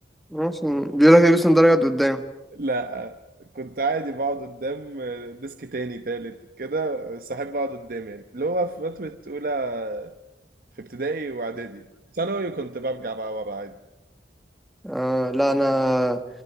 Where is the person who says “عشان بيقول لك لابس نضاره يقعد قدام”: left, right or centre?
Centre